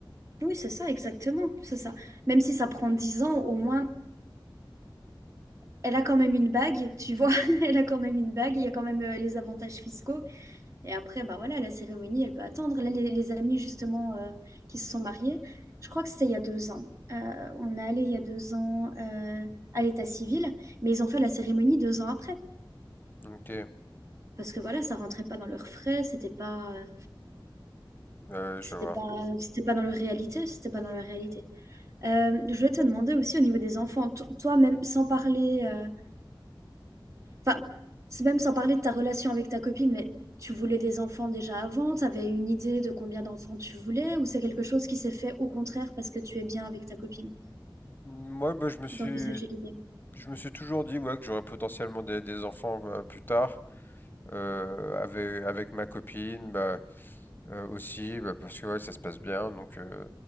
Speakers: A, on the right; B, on the left.
A: Oui, c'est ça, exactement. C'est ça. Même si ça prend dix ans, au moins, Elle a quand même une bague, tu vois, <laughs> elle a quand même une bague, il y a quand même euh, les avantages fiscaux. Et après, bah voilà, la cérémonie, elle peut attendre. Là, les, les amis, justement, euh, qui se sont mariés, je crois que c'était il y a deux ans. Euh, on est allé il y a deux ans euh, à l'état civil, mais ils ont fait la cérémonie deux ans après.
B: Ok,
A: Parce que voilà, ça rentrait pas dans leurs frais, c'était pas, euh,
B: euh,
A: c'était
B: je vois.
A: pas, c'était pas dans leur réalité, c'était pas dans leur réalité. Euh, je voulais te demander aussi au niveau des enfants, to- toi, même sans parler. euh, Enfin, c'est même sans parler de ta relation avec ta copine, mais tu voulais des enfants déjà avant, tu avais une idée de combien d'enfants tu voulais, ou c'est quelque chose qui s'est fait au contraire parce que tu es bien avec ta copine,
B: Moi, bah, je me suis,
A: d'envisager l'idée?
B: je me suis toujours dit ouais, que j'aurais potentiellement des, des enfants euh, plus tard. Euh, avec, avec ma copine, bah, Euh, aussi, bah, parce que ouais, ça se passe bien. Donc, euh,